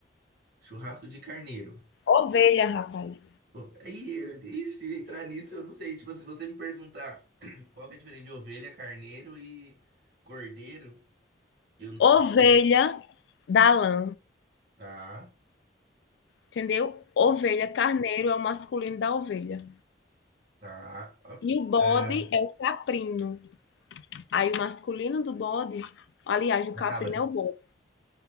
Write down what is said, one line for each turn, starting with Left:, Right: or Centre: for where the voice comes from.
Right: churrasco de carneiro.
Left: Ovelha, rapaz.
Right: Pô, Aí, e se entrar nisso, eu não sei, tipo, se você me perguntar <clears throat> qual que é a diferença de ovelha, carneiro e cordeiro, eu não...
Left: Ovelha da lã,
Right: Tá,
Left: entendeu? Ovelha, carneiro é o masculino da ovelha.
Right: tá, ah,
Left: E o bode
Right: ah,
Left: é o caprino. Aí o masculino do bode, aliás, o caprino
Right: a cabra.
Left: é o bode.